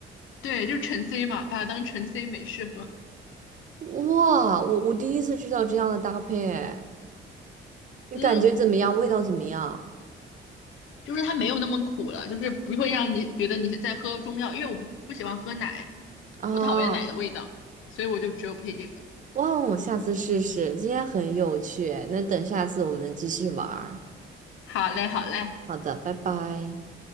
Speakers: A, on the left; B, on the right.
A: 对，就是橙 C 嘛，把它当橙 C 美式喝。
B: 哇，我我第一次知道这样的搭配，哎，你感觉怎么样？
A: 嗯，
B: 味道怎么样？
A: 就是它没有那么苦了，就是不会让你觉得你在喝中药，因为我不不喜欢喝奶，
B: 啊，
A: 我讨厌奶的味道，所以我就只有配这个。
B: 哇哦，我下次试试。今天很有趣哎，那等下次我们继续玩儿。
A: 好嘞，好嘞，
B: 好的，拜拜。